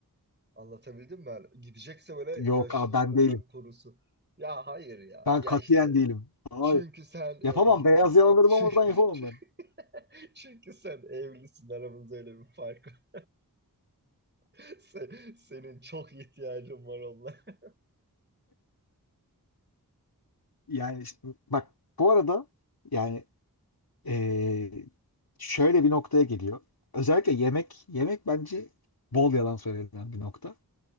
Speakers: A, on the right; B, on the left.
A: Anlatabildim mi? Yani gidecekse böyle
B: yok
A: yaşın
B: abi
A: yanında
B: ben değilim.
A: kurusu. Ya hayır ya.
B: Ben
A: Ya
B: katiyen
A: işte
B: değilim. Hayır.
A: çünkü sen
B: Yapamam.
A: evlisin.
B: Beyaz yakaları
A: Ay, Çünkü,
B: olmadan yapamam ben.
A: <laughs> çünkü sen evlisin. Aramızda öyle bir fark var. <laughs> Se- Senin çok ihtiyacın var onlara.
B: Yani işte bak bu arada yani eee, şöyle bir noktaya geliyor. Özellikle yemek. Yemek bence bol yalan söylenen bir nokta.